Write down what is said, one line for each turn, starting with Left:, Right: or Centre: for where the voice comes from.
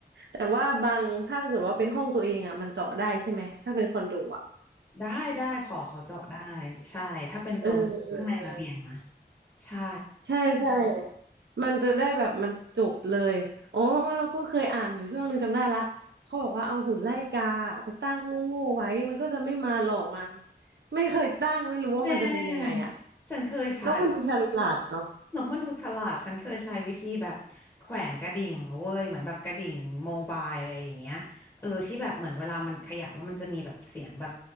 Right: แต่ว่าบางถ้าเกิดว่าเป็นห้องตัวเองอ่ะมันเจาะได้ใช่ไหมถ้าเป็นคอนโดอ่ะ
Left: ได้ได้ขอขอเจาะได้ใช่ถ้าเป็นตรงข้างในระเบียงนะ
Right: เออเออเออ
Left: ใช่
Right: ใช่ใช่มันจะได้แบบมันจบเลยอ๋อเราก็เคยอ่านอยู่ช่วงหนึ่งจำได้ละเขาบอกว่าเอาหุ่นไล่กาไปตั้งโง่ๆไว้มันก็จะไม่มาหลอกมันไม่เคยตั้งไม่รู้ว่ามันจะเป็นยังไงอะ
Left: แต่ฉันเคยใช้
Right: นกมันดูฉลาดเนาะ
Left: นกมันดูฉลาดฉันเคยใช้วิธีแบบแขวนกระดิ่งเว้ยเหมือนแบบกระดิ่งโมบายอะไรอย่างเงี้ยเออที่แบบเหมือนเวลามันขยับแล้วมันจะมีแบบเสียงแบบ